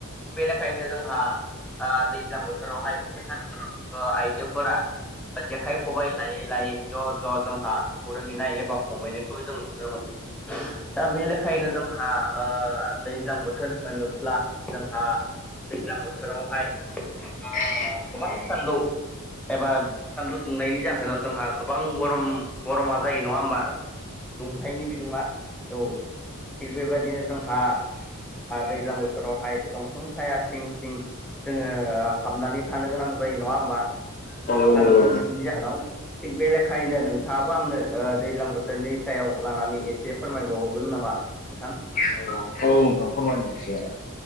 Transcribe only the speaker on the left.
<unintelligible>
नंगौ
नंगौ
अ औ नों फोरम एसे